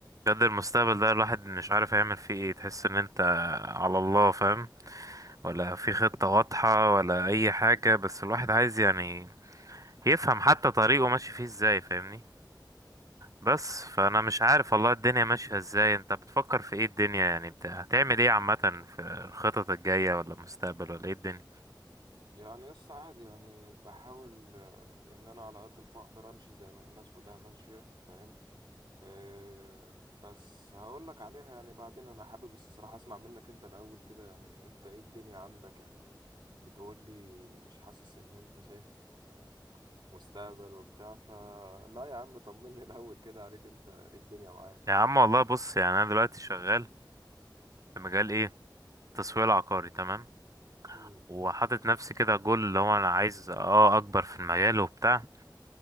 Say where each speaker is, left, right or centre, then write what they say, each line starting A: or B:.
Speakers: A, on the right; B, on the right.
A: بجد المستقبل ده الواحد مش عارف هيعمل فيه ايه تحس ان انت على الله فاهم ولا في خطة واضحة ولا اي حاجة بس الواحد عايز يعني يفهم حتى طريقه ماشي فيه ازاي فاهمني بس فانا مش عارف والله الدنيا ماشية ازاي انت بتفكر في ايه الدنيا يعني بت... هتعمل ايه عامة في الخطط الجاية ولا المستقبل ولا ايه الدنيا
B: يعني يس عادي يعني بحاول آه، ان انا على قد ما اقدر امشي زي ما الناس كلها ماشية فاهم آه، بس هقول لك عليها يعني بعدين انا حابب الصراحة اسمع منك انت الاول كده يعني انت ايه الدنيا عندك يعني بتقول لي مش حاسس ان انت شايف مستقبل وبتاع فلا يا عم طمني <laughs> الاول كده عليك انت ايه الدنيا معاك
A: يا عم والله بص يعني انا دلوقتي شغال في مجال ايه التسويق العقاري تمام
B: مم،
A: وحاطط نفسي كده جول اللي هو انا عايز اه اكبر في المجال وبتاع